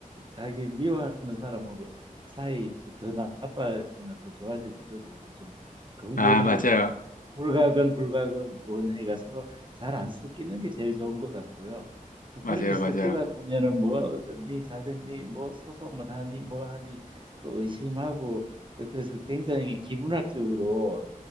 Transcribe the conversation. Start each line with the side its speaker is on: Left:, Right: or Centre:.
Right: 자기 미워하는 사람하고 사이 저더 나빠지거나 더 좋아질 필요도 없고 좀 근거리를
Left: 아, 맞아요.
Right: 그, 어, 불가근 불가근 원해가 서로 잘 안 섞이는 게 제일 좋은 것 같고요. 또
Left: 맞아요,
Right: 그렇게 섞이다
Left: 맞아요.
Right: 보면은 뭐 어땠니 잘 됐니 뭐 소송을 하니 뭐 하니 또 의심하고 또 그래서 굉장히 기분학적으로